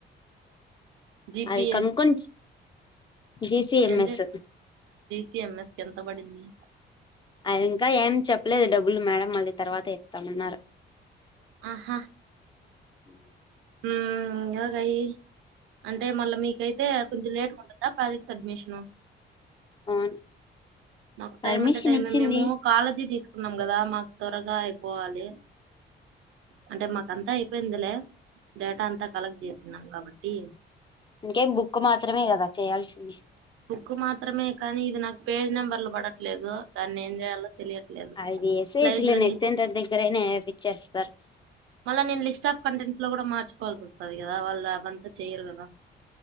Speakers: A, on the right; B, on the left.
A: జిపి
B: అది కనుక్కొని జిసిఎంఎస్
A: ఎ జిఎంఎస్ ఎంత పడింది
B: అది ఇంకా ఏం చెప్పలేదు డబ్బులు మేడం మళ్ళీ తర్వాత ఇస్తామన్నారు
A: ఆహా
B: ఉ
A: ఉ ఇంకాగాయి అంటే మళ్ళా మీకైతే కొంచెం లేేట్ంటందా ప్రాజెక్ట్స్ అడ్ట్మిషన
B: అవును
A: నాకు టైం
B: పర్మిషన్
A: అంటే టైమ
B: ఇచ్చింది
A: మేము కాళది తీసుకు న్నాం కదా మాకు త్వరగా అయిపోవాలి అంటే మాక అంతా అయిపోయిందిలే డేటా అంతా కలెక్ట్ చేసిన్నాం కాబట్టి
B: ఇంకే బుక్ మాత్రమే కదా చేయాల్సింది
A: బుక్ మాత్రమే కానీ ఇది నాకు పేజ్ నెంబర్లు కూడా లేదు దాని ఏం చేయాలో తెలియట్లేదు
B: అది ఎస్హెచ్లో
A: స్లైడ్లు అని
B: నెట్
A: ఇచ్
B: సెంటర్ దగ్గరైనా ఏపిచ్చేస్తారు
A: మల్ల నేన్ లిస్ట్ ఆఫ్ కంటెంట్స్ లో కూడా మచకోవాల్సి వస్ స్తది కదా వాళ్ళు అబంతా చేయరు కదా